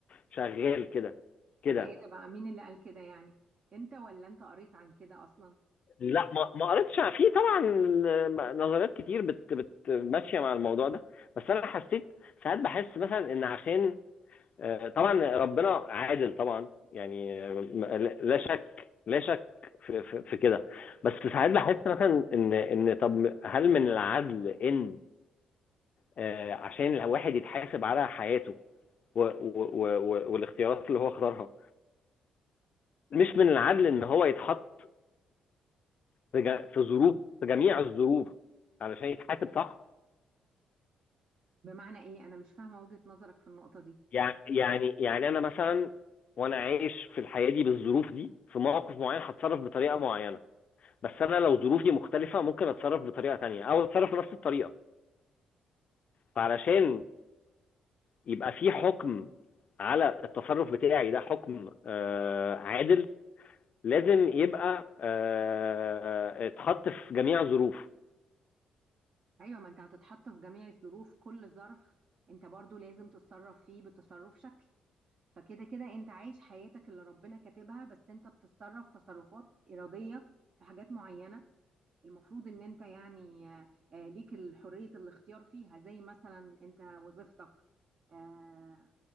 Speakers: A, on the left; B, on the right.
A: شغال كده كده
B: ده ايه ده بقى مين اللي قال كده يعني انت ولا انت قريت عن كده اصلا
A: لا ما ما قريتش عن- في طبعا آه، نظريات كتير بت بت ماشية مع الموضوع ده بس انا حسيت ساعات بحس مثلا ان عشان آه، طبعا ربنا عادل طبعا يعني آه، لا شك لا شك في, في, في كده بس ساعات بحس مثلا ان ان طب هل من العدل ان آه، عشان الواحد يتحاسب على حياته و و و والاختيارات اللي هو اختارها مش من العدل ان هو يتحط في, جا- في ظروف في جميع الظروف علشان يتحاسب صح
B: بمعنى ايه انا مش فاهمة وجهة نظرك في النقطة دي
A: يع- يعني يعني انا مثلا وانا عايش في الحياه دي بالظروف دي في مواقف معينه هتصرف بطريقه معينه بس انا لو ظروفي مختلفه ممكن اتصرف بطريقه تانية او اتصرف بنفس الطريقه فعلشان يبقى في حكم على التصرف بتاعي ده حكم آه، عادل لازم يبقى آه، اتحط في جميع الظروف
B: ايوه ما انت هتتحط في جميع الظروف كل ظرف انت برضو لازم تتصرف فيه بتصرف شكل فكده كده انت عايش حياتك اللي ربنا كاتبها بس انت بتتصرف تصرفات إرادية في حاجات معينة المفروض ان انت يعني آه، آه، ليك حرية الاختيار فيها زي مثلا انت وظيفتك آه،